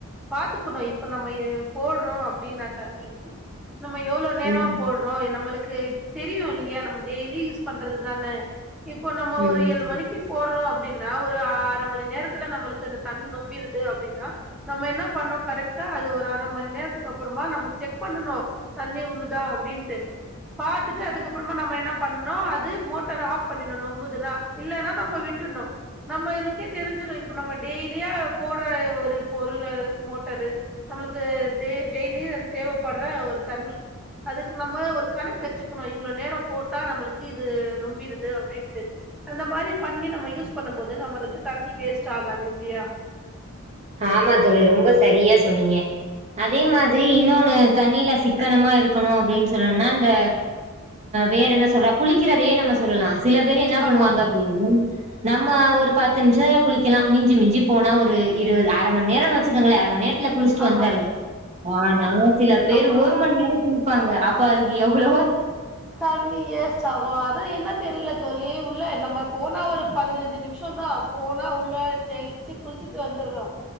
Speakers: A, in the centre; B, on the right.
A: பாத்துக்கணும் இப்ப நம்ம போடுறோம் அப்படின்னு நான் தண்ணி <inaudible> நம்ம எவ்வளோ நேரம்
B: ம்.
A: போடுறோம் நம்மளுக்கு தெரியும் இல்லையா நம்ம டெய்லி யூஸ் பண்றதுதானே <inaudible> இப்போ நம்ம
B: ம்.
A: ஒரு எல்லு போடுறோம் அப்படின்னா ஒரு அரை மணி நேரத்துல நம்மளுக்கு அந்த தண்ணி நொம்பிடுது அப்படின்னா நம்ம என்ன பண்ணோம் கரெக்ட்டா அது ஒரு அரை மணி நேரத்துக்கு அப்புறமா நம்ம செக் பண்ணனும் தண்ணி உள்ளழுுதா அப்படின்ட்டு பாாரத்துுட்டு அதுக்கப்புறமா நம்ம என்ன பண்ணனும் அது மோட்டர் ஆஃப் பண்ணிடும் நொம்புதுன்னா <unintelligible> இல்லைன்னா நம்ம விட்டுணோம் நம்ம இதுக்கே தெரிஞ்சிரும் இப்ப நம்ம டெய்லியா போடுற ஒரு பொருள் மோட்டரு நம்மளுக்கு டெய்லி தேவைப்படுற ஒரு தண்ணி அதுக்கு நம்ம ஒரு கணக்கு வச்சுக்கணும் இவ்வளவு நேரம் போட்டா நம்மளுக்கு இது நொம்பிடுது அப்படின்ட்டு <inaudible> அந்த மாதிரி பண்ணி நம்ம யூஸ் பண்ணும் போது நம்மளுக்கு தண்ணி வேஸ்ட் ஆகாது இல்லையா
B: ஆமா தோழி ரொம்ப சரியா சொன்னீங்க அதே மாதிரி இன்னொன்னு தண்ணியில சிக்கனமா இருக்கணும் அப்படின்னு சொல்லும்னா இந்த வேற என்ன சொல்ற குளக் சிரிக்கிறதே நம்ம சொல்லலாம் சில பேர் என்ன பண்ணுவாங்க
A: ஆமா
B: அப்படின்னு நம்ம ஒரு பத்து நிமிஷத்துல குளிக்கலாம் மிஞ்சி மிஞ்சி போனா ஒரு இருபது ஆரை மணி நேரம் வச்சு க்க இரை மணி நேரத்துல குளிச்சுட்டு
A: ஆமா
B: வந்துல ஆனா சில பேர்
A: ஆமா
B: ஒரு மணி நேரம் குளிப்பாங்க அப்ப அதுக்கு <unintelligible> எவ்வளோ
A: தண்ணி ஏஸ்ட் ஆகும் அத என்ன தெரியல தோளி உள்ள நம்ம போனா ஒரு பதினஞ்சு நிமிஷம் தான் போனா உள்ள தேய்ச்சு குளிச்சுட்டு வந்துடுறோம்